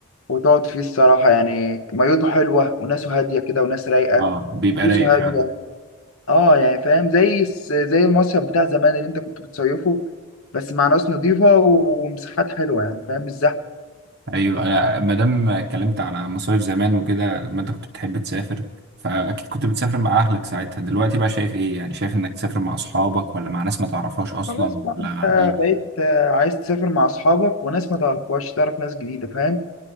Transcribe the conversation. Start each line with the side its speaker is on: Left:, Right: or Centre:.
Left: وتقعد فيه الصراحه يعني ميته حلوه وناسه هاديه كده وناس رايقه
Right: اه بيبقى
Left: فلوسه
Right: رايق فعلا
Left: هاديه اه يعني فاهم زي الس- زي المصيف بتاع زمان اللي انت كنت بتصيفه بس مع ناس نظيفة ومساحات حلوة يعني فاهم مش زحمة
Right: ايوه أنا ما دام اتكلمت على مصايف زمان وكده لما انت كنت بتحب تسافر فاكيد كنت بتسافر مع اهلك ساعتها دلوقتي بقى شايف ايه يعني شايف انك تسافر مع اصحابك ولا مع ناس ما تعرفهاش اصلا
Left: خلاص بقى
Right: ولا
Left: انت
Right: مع مين
Left: بقيت آه، عايز تسافر مع اصحابك وناس ما تعرفهاش تعرف ناس جديدة فاهم